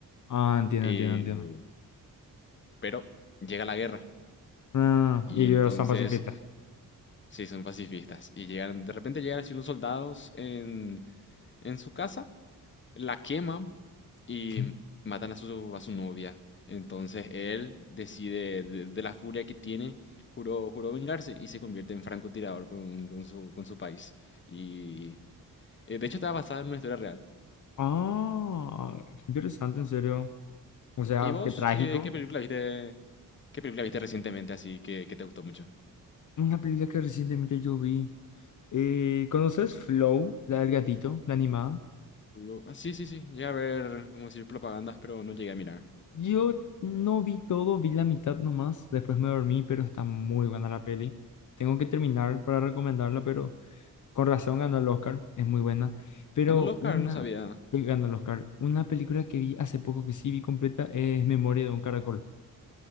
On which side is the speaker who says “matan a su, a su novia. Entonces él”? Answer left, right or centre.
Left